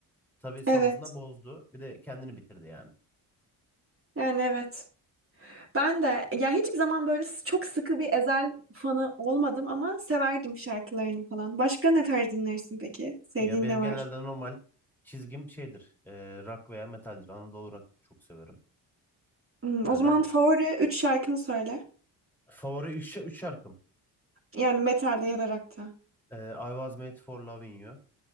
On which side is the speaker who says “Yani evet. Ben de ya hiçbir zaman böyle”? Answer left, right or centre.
Right